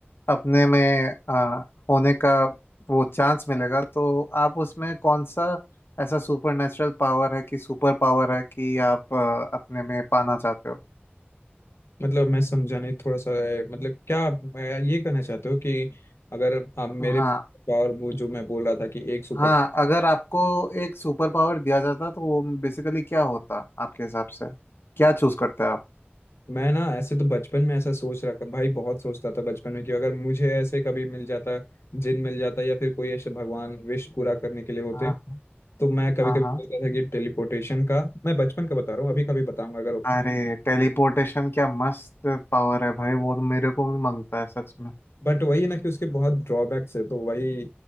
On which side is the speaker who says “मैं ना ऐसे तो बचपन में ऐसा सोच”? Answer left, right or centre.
Left